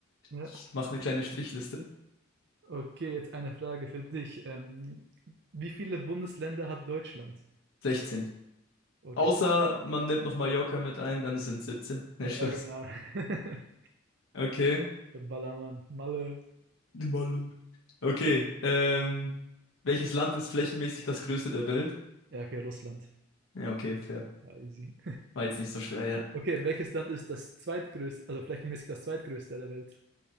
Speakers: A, on the right; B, on the left.
A: Ja.
B: Ich mache eine kleine Strichliste.
A: Okay, jetzt eine Frage für dich. Ähm, wie viele Bundesländer hat Deutschland?
B: 16.
A: Okay.
B: Außer man nimmt noch Mallorca mit ein, dann sind 17. <laughs> Nein,
A: Ja,
B: Spaß.
A: genau. <laughs>
B: Okay.
A: Ballermann, Malle.
B: Die Malle. Okay. Ähm, welches Land ist flächenmäßig das größte der Welt?
A: Ja, okay, Russland.
B: Ja, okay, fair.
A: Ja, easy.
B: War jetzt nicht so schwer, ja.
A: Okay, welches Land ist das zweitgrößte, also flächenmäßig das zweitgrößte der Welt?